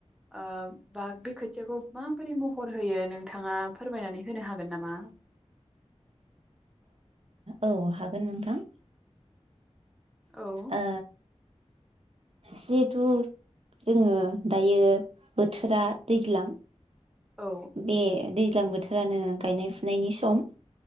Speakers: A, in the centre; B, on the right.
A: ओ बा बे खोथियाखौ माबोरै महर होयो नोंथाङा फोरमायनानै होनो हागोन नामा?
B: ओ औ हागोन नोंथां।
A: औ
B: ओ जिहेथु जोङो दायो बोथोरा दैज्लां
A: औ
B: बे दै ज्लां बोथोरानो गायनाय फुनायनि सम।